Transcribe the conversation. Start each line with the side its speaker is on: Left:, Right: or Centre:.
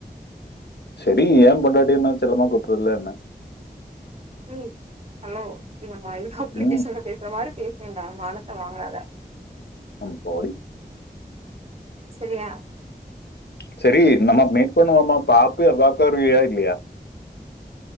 Left: செரி எ பொண்டாட்டிய நா செல்லமா கூப்புறதுல்ல என்ன
Right: ம் ஹலோ <unintelligible> அப்ளிகேஷன்ல
Left: ம்
Right: பேசுற மாரி பேசேன்டா மானத்த வாங்காத
Left: ம் போடி
Right: சரியா
Left: செரி நம்ம மீட் பண்ணுவோமா பாப்பிய பாக்க வருவியா இல்லயா